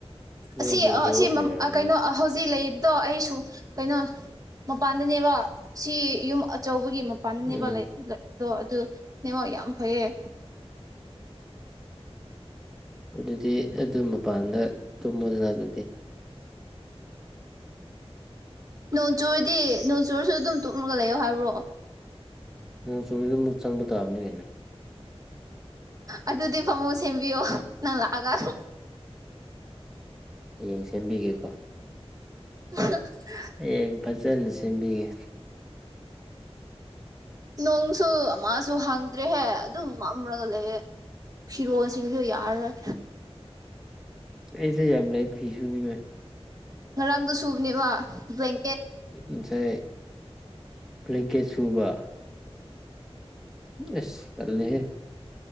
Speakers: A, in the centre; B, on the right (about 35°).
A: ꯅꯣꯏꯒꯤ
B: ꯑꯁꯤ
A: ꯅꯦꯠꯋꯥꯛꯅ
B: ꯑꯁꯤ
A: ꯑꯣꯏꯔꯝꯒꯅꯤ
B: ꯀꯩꯅꯣ ꯍꯧꯖꯤꯛ ꯂꯩꯔꯤꯕꯗꯣ ꯑꯩꯁꯨ ꯀꯩꯅꯣ ꯃꯄꯥꯟꯗꯅꯦꯕ ꯁꯤ ꯌꯨꯝ ꯑꯆꯧꯕꯒꯤ ꯃꯄꯥꯟꯗꯅꯦꯕ
A: ꯎꯝ
B: ꯂꯩ ꯑꯗꯣ ꯑꯗꯨ ꯅꯉ ꯌꯥꯝ ꯐꯩꯌꯦ
A: ꯑꯗꯨꯗꯤ ꯑꯗꯨ ꯃꯄꯥꯟꯗ ꯇꯨꯝꯃꯣꯗꯅ ꯑꯗꯨꯗꯤ <unintelligible>
B: ꯅꯣꯡꯆꯨꯔꯗꯤ ꯅꯣꯡꯆꯨꯔꯁꯨ ꯑꯗꯨꯝ ꯇꯨꯞꯂꯒ ꯂꯩꯌꯣ ꯍꯥꯏꯕ꯭ꯔꯣꯑꯣ
A: ꯅꯣꯡ ꯆꯨꯗ ꯑꯃꯨꯛ ꯆꯪꯕ ꯇꯥꯕꯅꯤ ꯍꯥꯏꯩꯅ
B: ꯑꯗꯨꯗꯤ ꯐꯃꯨꯡ ꯁꯦꯝꯕꯤꯌꯣ ꯅꯪ ꯂꯥꯛꯑꯒ
A: ꯍꯌꯦꯡ ꯁꯦꯝꯕꯤꯒꯦꯀꯣ
B: <unintelligible> <inaudible>
A: ꯍꯌꯦꯡ ꯐꯖꯅ ꯁꯦꯝꯕꯤꯌꯦ
B: ꯅꯣꯡꯁꯨ ꯑꯃꯁꯁꯨ ꯍꯥꯡꯗ꯭ꯔꯦꯍꯦ ꯑꯗꯨꯝ ꯃꯝꯂꯒ ꯂꯩꯑꯦ ꯐꯤꯔꯣꯟꯁꯤꯡꯗꯨ ꯌꯥꯔꯔꯣꯏ
A: ꯑꯩꯁꯨ ꯌꯥꯝ ꯂꯩ ꯐꯤ ꯁꯨꯅꯤꯡꯉꯥꯏ
B: ꯉꯔꯥꯡꯗꯣ ꯁꯨꯕꯅꯦꯕ ꯕ꯭ꯂꯦꯡꯀꯦꯠ
A: ꯑꯩꯁꯦ ꯕꯂꯦꯡꯀꯦꯠ ꯁꯨꯕ ꯑꯁ ꯇꯜꯂꯦꯍꯦ